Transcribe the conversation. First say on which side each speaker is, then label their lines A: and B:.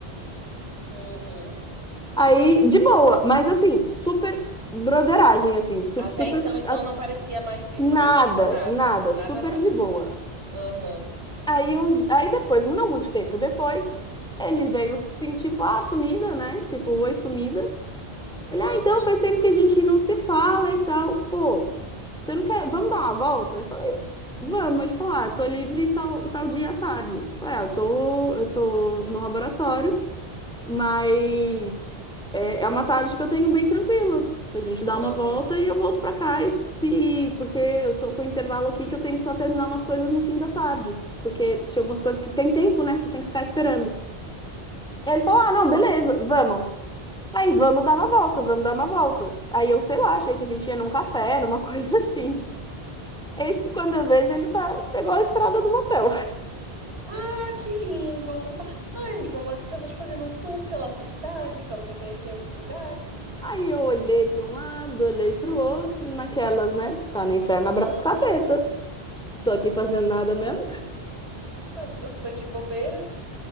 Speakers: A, on the right; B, in the centre.
A: Uhum.
B: Aí, de boa, mas assim, super broderagem, assim, su-
A: Até
B: super.
A: então, então
B: a-
A: não parecia mal, inten-
B: Nada,
A: mal intencionada.
B: nada,
A: Nada,
B: super
A: nada.
B: de boa.
A: Aham.
B: Aí, um, di- aí depois, não muito tempo depois, ele veio assim, tipo, ah, sumida, né? Tipo, oi, sumida. Ele,
A: Aham.
B: ah, então faz tempo que a gente não se fala e tal. Pô, você não quer, vamos dar uma volta? Eu falei, vamos. Ele falou, ah, eu tô livre tal, tal dia à tarde. Eu falei, ah, eu tô, eu tô no laboratório. Mas é, é uma tarde que eu tenho bem tranquila. A gente dá
A: Aham.
B: uma volta e eu volto pra cá e, e- porque eu tô com um intervalo aqui que eu tenho que só terminar umas coisas no fim da tarde, porque tinha algumas coisas que tem tempo, né? Você tem que ficar esperando. Aí ele falou: "Ah,
A: Uhum.
B: não, beleza, vamos". Aí vamos dar uma volta, vamos dar uma volta. Aí eu, sei lá, achei que a gente ia num café, numa <laughs> coisa assim. Eis que quando eu vejo ele tá pegou a estrada do motel. <laughs>
A: Ah, que lindo! Um pa- Ai, amiga, uma... deixa eu te fazendo um tour pela cidade pra você conhecer outros lugares.
B: Aí eu olhei para um lado, olhei para o outro, naquelas, né? Tá no inferno,
A: Uhum.
B: abraço capeta. tô aqui fazendo nada mesmo.
A: Tá, tô, tô de bobeira.